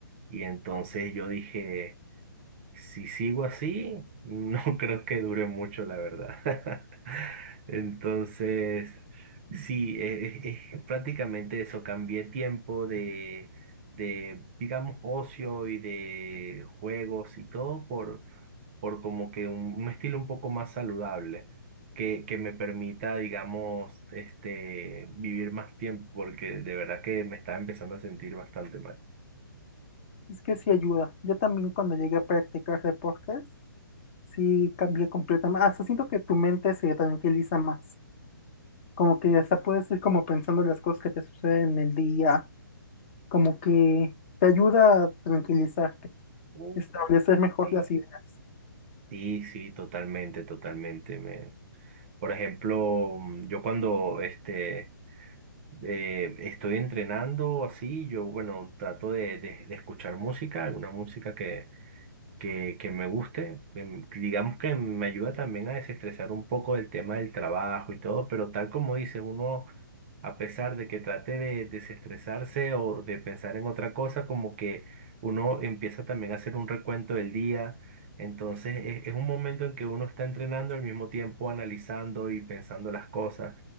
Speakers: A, on the right (about 35°); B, on the left (about 35°).
A: Y entonces yo dije... Si sigo así, no <laughs> creo que dure mucho, la verdad. <laughs> Entonces, sí, eh, eh, eh, prácticamente eso, cambié tiempo de, de, digamos, ocio y de juegos y todo por, por como que un, un estilo un poco más saludable, que, que me permita, digamos, este, vivir más tiempo, porque de verdad que me estaba empezando a sentir bastante mal.
B: Es que sí ayuda. Yo también cuando llegué a practicar deportes, sí cambié completamente. Hasta siento que tu mente se tranquiliza más. Como que hasta puedes ir como pensando las cosas que te suceden en el día como que te ayuda a tranquilizarte,
A: Oh,
B: establecer mejor
A: sí.
B: las ideas.
A: Sí, sí, totalmente, totalmente. Me... Por ejemplo, mm, yo cuando este, eh, estoy entrenando así, yo bueno, trato de, de- de escuchar música, alguna música que, que, que me guste. em, que Digamos que me ayuda también a desestresar un poco el tema del trabajo y todo, pero tal como dices, uno a pesar de que trate de desestresarse o de pensar en otra cosa, como que uno empieza también a hacer un recuento del día. Entonces es, es un momento en que uno está entrenando al mismo tiempo analizando y pensando las cosas.